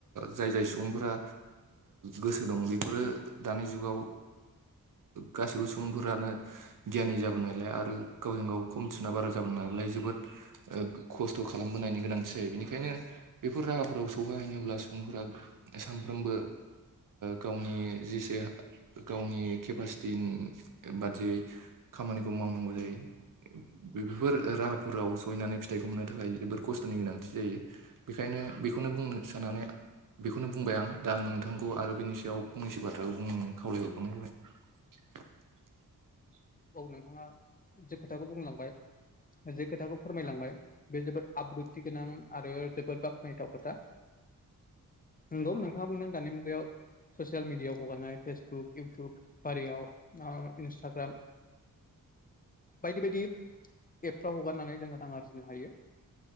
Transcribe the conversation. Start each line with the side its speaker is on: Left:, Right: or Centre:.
Right: जाय जाय सुबुंफोरा गोसो दं बेफोरो दानि जुगाव गासैबो सुबुंफोरानो गियानि जाबोन नालाय आरो गावजों गाव खम <unintelligible> थना बारा जाबोनाय नालाय जोबोद खस्थ' खालामबोनायनि गोनां जायो बेनिखायनो बेफोर राहाफोराव सौहैैनोब्ला सुबुंफोरा सानफ्रोमबो गावनि जेसे गावनि केपासिटि बादियै खामानिखौ मावनांगौ जायो बेफोर राहाफोराव सहैनानै फिथाइखौ मोननो थाखाय जोबोर खस्थ' नि गोनांथि जायो बेखायनो बेखौनो बुंनो साननानै बेखौनो बुंबाय आं दा नोंथांखौ आरो बेनि सायाव फंनैसो बाथ्राखौ बुं खावलायहरबावनाय जाबाय <inaudible>
Left: औ नोंथाङा जे खोथाखौ बुंलांबाय जे खोथाखौ फोरमायलांबाय बे जोबोद आब्रुथि गोनां आरो जोबोद बाख्नायथाव खोथा नंगौ नोंथाङा बुंदों दानि मुगायाव ससियेल मिडियाआव हगारनाय फेसबुक इउटुब बायदियाव <unintelligible> इन्सटाग्राम बायदि बायदि एप फ्राव हगारनानै जोंङो रां आरजिनो हायो